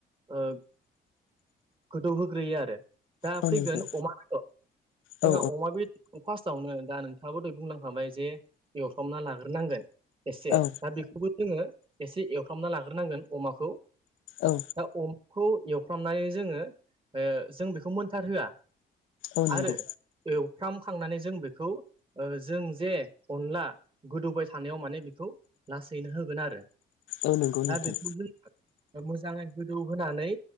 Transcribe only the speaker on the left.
औ
नंगौ
औ
औ
औ।
औ नंगौ
औ नंगौ नोंथां